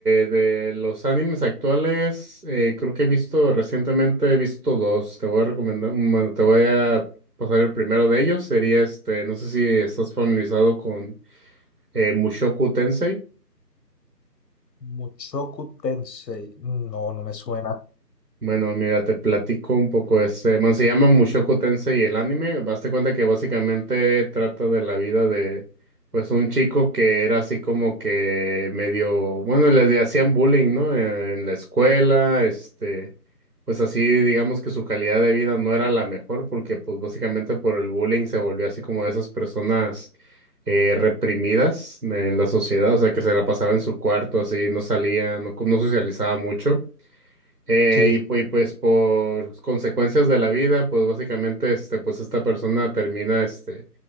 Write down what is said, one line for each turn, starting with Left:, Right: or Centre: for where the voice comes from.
Right: de los animes actuales, eh, creo que he visto recientemente, he visto dos. Te voy a recomendar, bueno, te voy a pasar el primero de ellos. Sería este, no sé si estás familiarizado con eh, Mushoku Tensei.
Left: Mushoku Tensei. Mm, No, no me suena.
Right: Bueno, mira, te platico un poco. Este, bueno, se llama Mushoku Tensei el anime. Baste cuenta que básicamente trata de la vida de, pues, un chico que era así como que medio, bueno, le hacían bullying, ¿no? En, en la escuela, este, pues así, digamos que su calidad de vida no era la mejor porque, pues, básicamente por el bullying se volvió así como de esas personas eh, reprimidas en la sociedad, o sea, que se la pasaba en su cuarto, así, no salía, no no socializaba mucho. Eh,
Left: Sí.
Right: y, pu- y pues por consecuencias de la vida, pues básicamente este, pues esta persona termina, este,